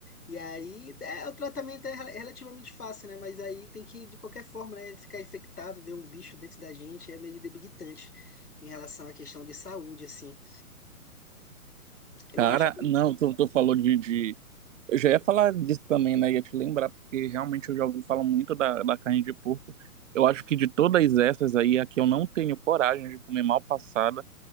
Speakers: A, on the left (about 85°); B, on the right (about 60°).
A: E aí, é, o tratamento é rel- relativamente fácil, né? Mas aí tem que, de qualquer forma, né? Ficar infectado, ver um bicho dentro da gente é meio debilitante em relação à questão de saúde, assim. Eu
B: Cara,
A: acho que.
B: não, tu, tu falou de, de... Eu já ia falar disso também, né? Ia te lembrar, porque realmente eu já ouvi falar muito da, da carne de porco. Eu acho que de todas essas aí, a que eu não tenho coragem de comer mal passada